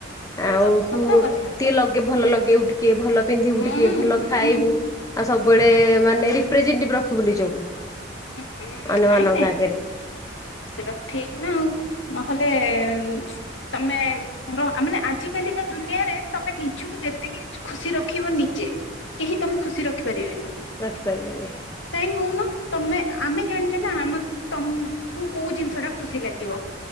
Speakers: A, on the left; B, on the left.
A: ଭଲ
B: ଆଉ
A: ସତ
B: ତୁ
A: କଥା
B: ଟିକେ ଲଗେଇବୁ ଭଲ ଲଗେଇବୁ ଟି କେ ଭଲ ପିନ୍ଧିବୁ
A: ହୁଁ
B: ଟିକେ
A: ହୁଁ
B: ଭଲ
A: ହୁଁ
B: ଖାଇବୁ। ଆଉ ସବୁବେଳେ ମାନେ ରିପ୍ରେଜେଣ୍ଟେଟିଭ୍ ରଖିବୁ ନିଜକୁ
A: ହୁଁ
B: ଅନ୍ୟମାନଙ୍କ
A: ନାଇଁ ନାଇଁ
B: ଆଗରେ।
A: ସେଟା ଠିକ୍ ନା ଆଉ ନହେଲେ ଉଁମ୍ ତମେ <unintelligible> ଆଜିକାଲିକା ଦୁନିଆରେ ତମେ ନିଜୁକୁ ଯେତିକି ଖୁସି ରଖିବ ନିଜେ କେହି ତମକୁ ଖୁସି ରଖିପାରିବେନି।
B: ରଖିପାରିବେନି।
A: କାହିଁକି କହୁନ ତମେ ଆମେ ଜାଣିଛେ ନା ଆମ ତମୁ କୁ କୋଉ ଜିନିଷ ଟା ଖୁସି ଲାଗିବ।